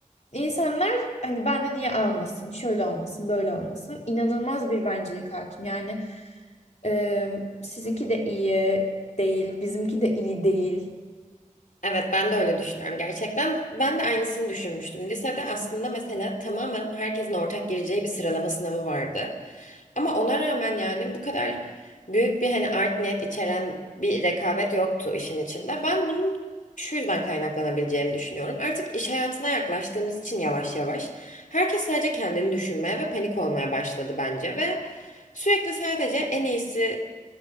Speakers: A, on the left (about 55°); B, on the left (about 70°).
A: insanlar hani benden niye almasın şöyle olmasın böyle olmasın inanılmaz bir bencillik hakim yani e, sizinki de iyi değil bizimki de iyi değil
B: Evet ben de öyle düşünüyorum gerçekten. Ben de aynısını düşünmüştüm. Lisede aslında mesela tamamen herkesin ortak gireceği bir sıralama sınavı vardı. Ama ona rağmen yani bu kadar büyük bir hani art niyet içeren bir rekabet yoktu işin içinde. Ben bunun şu yüzden kaynaklanabileceğini düşünüyorum. Artık iş hayatına yaklaştığımız için yavaş yavaş herkes sadece kendini düşünmeye ve panik olmaya başladı bence ve sürekli sadece en iyisini